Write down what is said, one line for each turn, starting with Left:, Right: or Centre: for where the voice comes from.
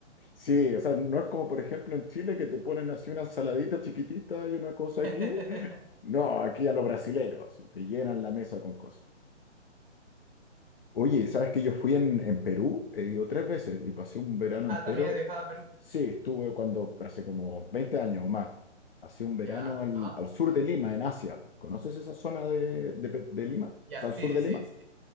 Left: Sí, o sea, no es como por ejemplo en Chile que te ponen así una ensaladita chiquitita y una cosa
Right: <laughs>
Left: aquí. No, aquí a los brasileros, te llenan la mesa con cosas. Oye, ¿sabes que yo fui en, en Perú? He ido tres veces y pasé un verano
Right: Ah,
Left: entero.
Right: también has viajado a Perú.
Left: Sí, estuve cuando, pero hace como 20 años o más. Pasé un verano
Right: Ya,
Left: al,
Right: ah,
Left: al sur de Lima, en Asia. ¿Conoces esa zona de, de Pe- de Lima? O
Right: ya,
Left: sea, al
Right: sí,
Left: sur
Right: sí,
Left: de
Right: sí,
Left: Lima.
Right: sí,